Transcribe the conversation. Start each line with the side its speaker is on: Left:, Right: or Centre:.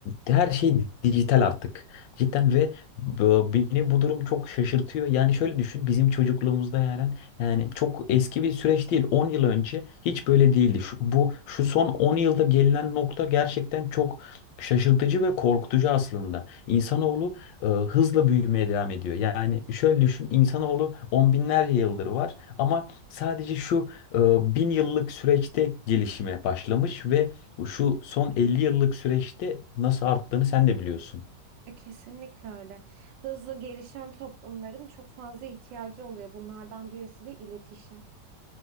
Left: her şey dijital artık. Cidden ve bu- beni bu durum çok şaşırtıyor. Yani şöyle düşün, bizim çocukluğumuzda yani yani çok eski bir süreç değil. on yıl önce hiç böyle değildi. Şu, bu şu son 10 yılda gelinen nokta gerçekten çok şaşırtıcı ve korkutucu aslında. İnsanoğlu e, hızla büyümeye devam ediyor. Yani şöyle düşün, insanoğlu on binlerce yıldır var ama sadece şu e, bin yıllık süreçte gelişime başlamış ve şu son 50 yıllık süreçte nasıl arttığını sen de biliyorsun.
Right: E, Kesinlikle öyle. Hızlı gelişen toplumların çok fazla ihtiyacı oluyor. Bunlardan birisi de iletişim.